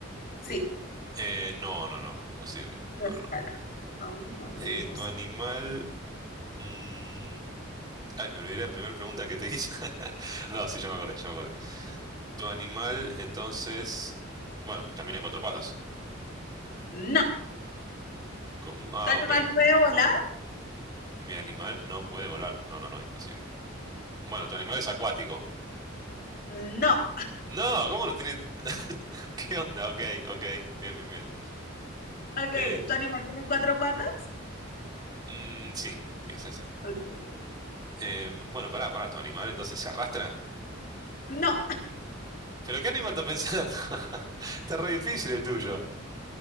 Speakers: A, on the left; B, on the right.
A: Sí,
B: Eh, no, no, no, imposible.
A: no
B: No,
A: escala.
B: no, no.
A: Ah,
B: Eh,
A: imposible.
B: tu animal. mm, Ay, me olvidé la primera pregunta que te hice. <laughs> No, sí, ya me acordé, ya me acordé. Tu animal, entonces. Bueno, camina en cuatro patas.
A: No.
B: ¿Cómo? Ah,
A: ¿Tu animal
B: ok.
A: puede volar?
B: Mi animal no puede volar. No, no, no, imposible. Bueno, tu animal es acuático.
A: No.
B: No, ¿cómo no tiene? <laughs> ¿Qué onda? Ok, ok. Bien, bien, bien.
A: Ok,
B: Eh,
A: ¿tu animal tiene cuatro patas?
B: mm, sí, sí, es así.
A: Ok.
B: Em, bueno, pará, pará, tu animal entonces se arrastra.
A: No.
B: ¿Pero qué animal estás pensando? <laughs> Está re difícil el tuyo.